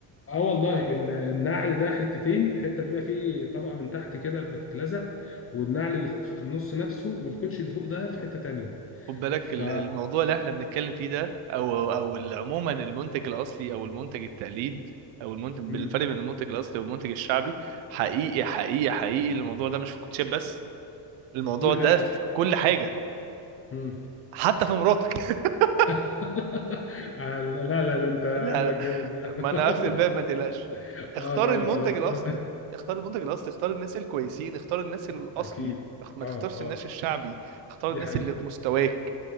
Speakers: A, on the left; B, on the right.
A: اه والله ال- النعل ده حتتين حته بيبقى فيه طبقه من تحت كده بتتلزق والنعل اللي في النص نفسه والكوتش اللي فوق ده في حته تانية
B: خد بالك
A: ف
B: ال- الموضوع اللي احنا بنتكلم فيه ده او او أو ال- عموما المنتج الاصلي او المنتج التقليد او المنتج بالفرق
A: مم.
B: بين المنتج الاصلي والمنتج الشعبي حقيقي حقيقي حقيقي الموضوع ده مش في الكوتشيب بس الموضوع
A: في كل
B: ده
A: حاجه
B: في كل حاجه
A: مم.
B: حتى في مراتك <laughs>
A: <laughs> آه، لا لا لا، ده انت
B: لا
A: قلبك
B: لا
A: جامد
B: ما انا قافل الباب ما
A: <laughs>
B: تقلقش اختار
A: اه طيب
B: المنتج
A: خلاص
B: الاصلي
A: تمام
B: اختار المنتج الاصلي اختار الناس الكويسين اختار الناس
A: <laughs>
B: الاصلي
A: اكيد
B: اخ- ما
A: اه
B: تختارش
A: اه
B: الناس الشعبي اختار
A: دي
B: الناس
A: حقيقه
B: اللي في مستواك